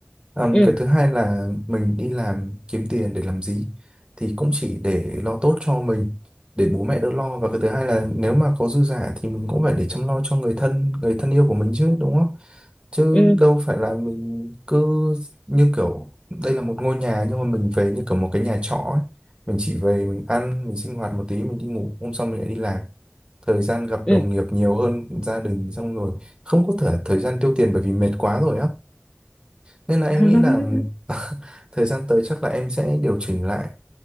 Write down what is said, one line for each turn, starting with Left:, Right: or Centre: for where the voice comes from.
Right: Ừm,
Left: ừ
Right: cái thứ hai là mình đi làm kiếm tiền để làm gì thì cũng chỉ để lo tốt cho mình để bố mẹ đỡ lo và cái thứ hai là nếu mà có dư giả thì mình cũng phải để chăm lo cho người thân người thân yêu của mình chứ đúng không chứ
Left: ừ
Right: đâu phải là mình cứ như kiểu đây là một ngôi nhà nhưng mà mình về như kiểu một cái nhà trọ ấy. Mình chỉ về mình ăn mình sinh hoạt một tí mình đi ngủ hôm sau mình lại đi làm thời gian gặp
Left: ừ
Right: đồng nghiệp nhiều hơn gia đình xong rồi không có thể thời gian tiêu tiền bởi vì mệt quá rồi á nên là em
Left: <laughs>
Right: nghĩ là <laughs> thời gian tới chắc là em sẽ điều chỉnh lại.